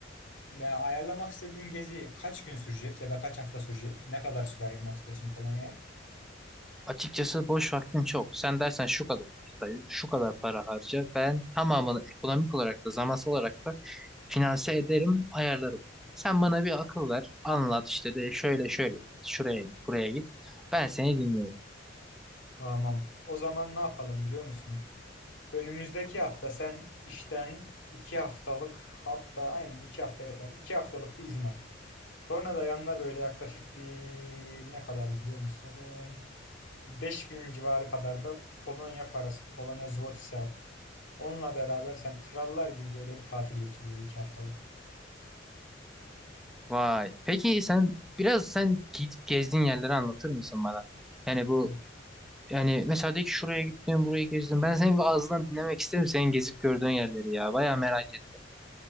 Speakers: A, on the left; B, in the centre.
A: ya ayarlamak istediğin gezi kaç gün sürecek ya da kaç hafta sürecek? Ne kadar süre ayırmak istiyorsun Polonya'ya?
B: Açıkçası boş vaktim çok. Sen dersen şu kadar vakit ayır, şu kadar para harca. Ben tamamını ekonomik olarak da zamansal olarak da finanse ederim, ayarlarım. Sen bana bir akıl ver, anlat işte de şöyle şöyle, şuraya git, buraya git. Ben seni dinliyorum.
A: Tamam. O zaman ne yapalım biliyor musun? Önümüzdeki hafta sen işten iki haftalık hatta aynen iki hafta yeter. İki haftalık bir izin al. Sonra da yanına böyle yaklaşık bir ne kadar biliyor musun? Bir 5000 civarı kadar da Polonya parası, Polonya zlotisi al. Onunla beraber sen krallar gibi böyle bir tatil geçiriyor iki haftalık.
B: Vay. Peki sen biraz sen gidip gezdiğin yerleri anlatır mısın bana? Yani bu
A: An-
B: yani mesela de ki şuraya gittim, burayı gezdim. Ben senin bir ağzından dinlemek isterim senin gezip gördüğün yerleri ya. Bayağı merak ettim.